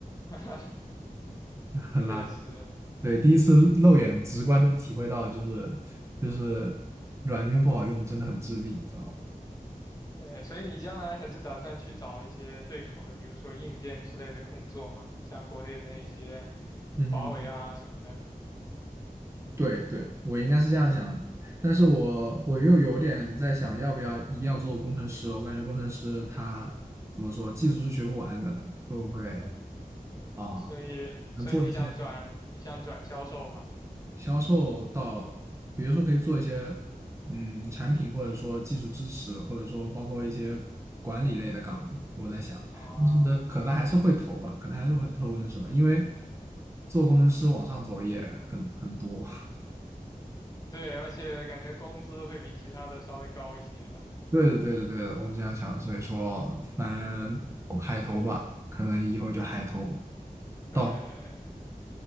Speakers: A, on the left; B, on the right.
A: <laughs>
B: <laughs> 很垃圾。
A: 确实，
B: 对，第一次肉眼直观的体会到，就是就是软件不好用，真的很致命，你知道吗？
A: 对，所以你将来还是打算去找一些对口的，比如说硬件之类的工作嘛，像国内的那些
B: 嗯，
A: 华为啊什么的。
B: 对对，我应该是这样想的，但是我我又有点在想，要不要一定要做工程师了？我感觉工程师他怎么说，技术是学不完的，会不会啊？
A: 所以，
B: 能做一些
A: 所以你想转，你想转销售嘛？
B: 销售到，比如说可以做一些嗯产品，或者说技术支持，或者说包括一些管理类的岗，我在想，
A: 啊，
B: 但是可能还是会投吧，可能还是会投工程师吧，因为做工程师往上走也很很多。
A: 对，而且感觉工资会比其他的稍微高一些吧？
B: 对的，对的，对的，我是这样想，所以说，反正我海投吧，可能以后就海投
A: 对，
B: 到，